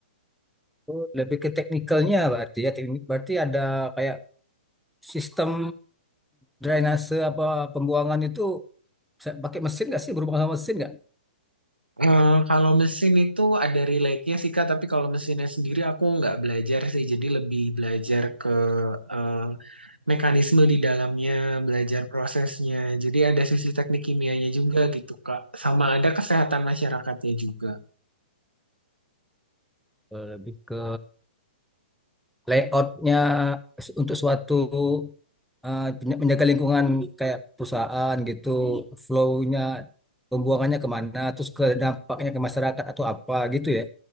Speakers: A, in the centre; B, on the right.
A: Oh, lebih ke teknikalnya berarti ya teknik berarti ada kayak sistem drainase apa pembuangan itu bisa pakai mesin nggak sih berhubungan sama mesin nggak
B: Eh, kalau mesin itu ada relate-nya sih Kak, tapi kalau mesinnya sendiri aku nggak belajar sih, jadi lebih belajar ke eh, mekanisme di dalamnya, belajar prosesnya. Jadi ada sisi teknik kimianya juga gitu, Kak. Sama ada kesehatan masyarakatnya juga.
A: Eh, lebih ke layoutnya untuk suatu eh, punya- menjaga lingkungan kayak perusahaan gitu, flow-nya, pembuangannya kemana, terus ke dampaknya ke masyarakat atau apa gitu ya.